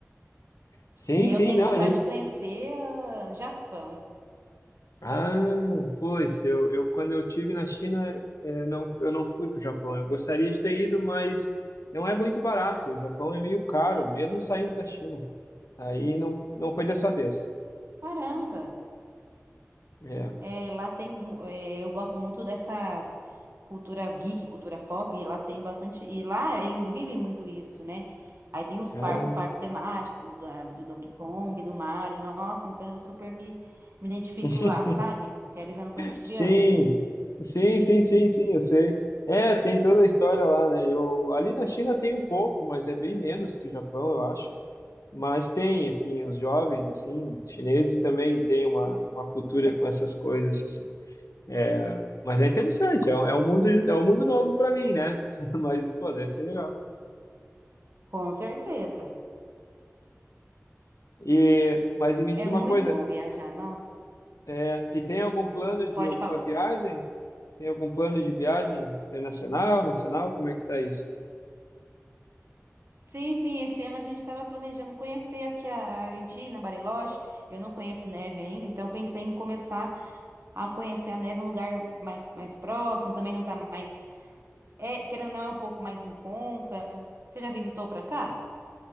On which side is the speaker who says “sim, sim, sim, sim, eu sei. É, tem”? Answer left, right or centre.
Left